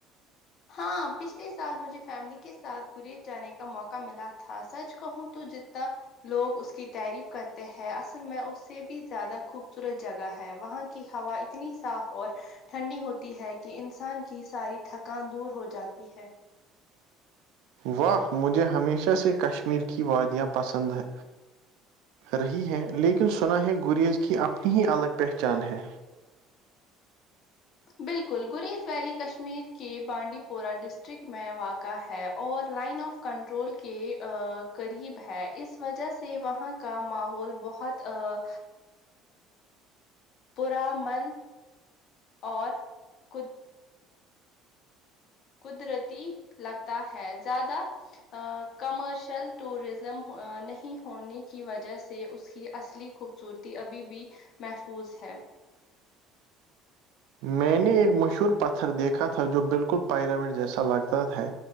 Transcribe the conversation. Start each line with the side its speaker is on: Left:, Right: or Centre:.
Left: ہاں پچھلے سال مجھے فیملی کے ساتھ گریی جانے کا موقع ملا تھا سچ کہوں تو جتنا لوگ اس کی تعریف کرتے ہیں اصل میں اس سے بھی زیادہ خوبصورت جگہ ہے وہاں کی ہوا اتنی صاف اور ٹھنڈی ہوتی ہے کہ انسان کی ساری تھکان دور ہو جاتی ہے
Right: واہ مجھے ہمیشہ سے کشمیر کی وادیاں پسند ہیں رہی ہے لیکن سنا ہے گریز کی اپنی ہی الگ پہچان ہے
Left: بالکل گریز ویلی کشمیر کے بانڈی پورہ ڈسٹرکٹ میں واقع ہے اور لائن آف کنٹرول کے قریب ہے اس وجہ سے وہاں کا ماحول بہت ا پور من اور کود قدرتی لگتا ہے زیادہ کمرشل ٹوریزم نہیں ہونے کی وجہ سے اس کی اصلی خوب خوبصورتی ابھی بھی محفوظ ہے
Right: میں نے ایک مشہور پتھر دیکھا تھا جو بالکل پائراوٹ جیسا لگتا تھا